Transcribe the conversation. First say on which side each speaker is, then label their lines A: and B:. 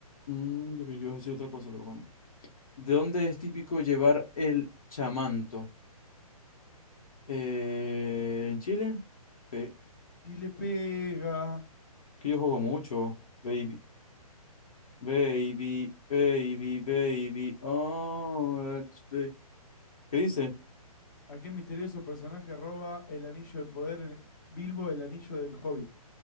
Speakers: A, on the left (about 65°); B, on the left (about 30°).
A: Mm, yo creo que yo iba a decir otra cosa, pero bueno. ¿De dónde es típico llevar el chamanto? Eh, ¿en Chile? Eh,
B: Y le pega.
A: que yo juego mucho. Baby, baby, baby, baby. Oh, it's ba- ¿Qué dice?
B: ¿A qué misterioso personaje roba el anillo de poder en- Bilbo el anillo del Hobbit?